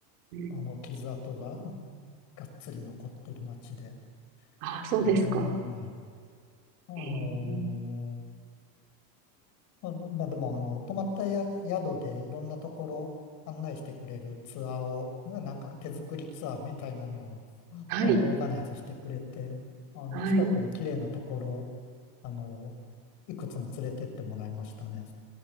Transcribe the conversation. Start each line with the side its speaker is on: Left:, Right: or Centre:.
Right: うん、
Left: あの、傷跡が、うんがっつり残ってる町で、
Right: ああ、そうですか。
Left: ええあの
Right: へえ、
Left: まあ、まあでも、あの、泊まったや宿でいろんなところ案内してくれるツアーを、なんか手作りツアーみたいなのを、
Right: はい、
Left: あの、オーガナイズしてくれて、あの、
Right: はい、
Left: 近くの綺麗なところ、あの、いくつも連れてってもらいましたね。